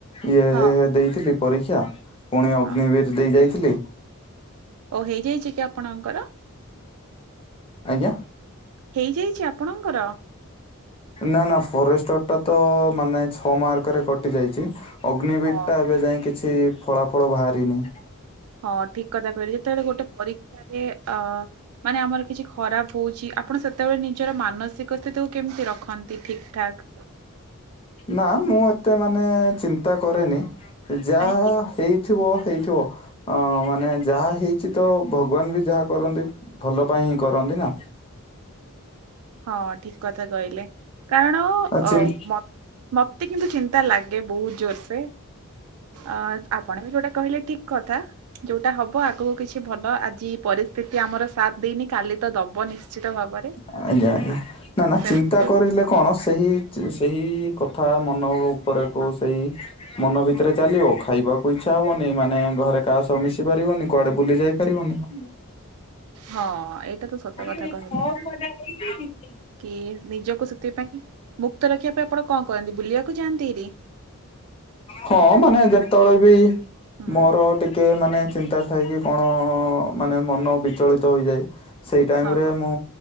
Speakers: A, on the left; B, on the right.
A: ଇଏ
B: ହଁ
A: ଦେଇଥିଲି ପରୀକ୍ଷା ପୁଣି ଅଗ୍ନିବୀର
B: ହଁ
A: ଦେଇ ଯାଇଥିଲି।
B: ଓ ହେଇଯାଇଛି କି ଆପଣଙ୍କର?
A: ଆଜ୍ଞା।
B: ହେଇଯାଇଛି ଆପଣଙ୍କର?
A: ନା ନା ଫରେଷ୍ଟର ଟା ତ ମାନେ ଛଅ ମାର୍କରେ କଟି ଯାଇଛି। ଅଗ୍ନିବିର
B: ହଁ
A: ଟା ଏବେ ଯାଏ କିଛି ଫଳାଫଳ ବାହାରନି।
B: ହଁ ଠିକ କଥା କହିଲେ ଯେତେବେଳେ ଗୋଟେ ପରୀକ୍ଷାରେ ଅ ମାନେ ଆମର କିଛି ଖରାପ ହଉଛି ଆପଣ ସେତେବେଳେ ନିଜର ମାନସିକ ସ୍ଥିତିକୁ କେମିତି ରଖନ୍ତି ଠିକ ଠାକ୍।
A: ନା ମୁଁ ଏତେ ମାନେ ଚିନ୍ତା କରେନି ଯାହା
B: କାହିଁକି
A: ହେଇ ହେଇଥିବ ହେଇଥିବ। ହଁ ମାନେ ଯାହା ହେଇଛି ତ ଭଗବାନ ବି ଯାହା କରନ୍ତି ଭଲ ପାଇଁ ହିଁ କରନ୍ତି ନା।
B: ହଁ ଠିକ କଥା କହିଲେ କାରଣ
A: ଆ ଚିନ୍
B: ଅ ମତେ ମତେ କିନ୍ତୁ ଚିନ୍ତା ଲାଗେ ବହୁତ ଜୋର ସେ। ଅ ଆପଣ ବି ଯୋଉଟା କହିଲେ ଠିକ କଥା। ଯୋଉଟା ହବ ଆଗକୁ କିଛି ଭଲ ଆଜି ପରିସ୍ଥିତି ଆମର ସାଥ ହେଇନି କାଲି ତ ଦବ ନିଶ୍ଚିତ ଭାବରେ।
A: ଆଜ୍ଞା ଆଜ୍ଞା ନା ନା
B: ସେମିତି
A: ଚିନ୍ତା କରିଲେ କଣ ସେହି ସେହି କଥା ମନ ଉପରକୁ
B: ହଁ
A: ସେଇ ମନ ଭିତରେ ଚାଲିବ ଖାଇବାକୁ ଇଚ୍ଛା ହବନି ମାନେ ଘରେ କାହା ସହ ମିଶି ପାରିବନି କୁଆଡେ ବୁଲି ଯାଇପାରିବନି। <inaudible>
B: ହଁ ଏଇଟା ତ ସତ।
A: ଆ
B: କଥା କହିଲେ
A: ସବୁ ମଜା ହେଇକି କିଛି
B: କି ନିଜକୁ ସେଥିପାଇଁ ମୁକ୍ତ ରଖିବା ପାଇଁ ଆପଣ କଣ କରନ୍ତି ବୁଲିବାକୁ ଯାଆନ୍ତି ହାରି।
A: ହଁ ମାନେ ଯେତେବେଳେ ବି
B: ହୁଁ
A: ମୋର ମୁଁ ଟିକେ ମାନେ ଚିନ୍ତା ଥାଏ କିି କଣ ମାନେ ମନ ବିଚଳିତ ହୋଇଯାଏ। ସେ ଟାଇମରେ
B: ହଁ
A: ମୁଁ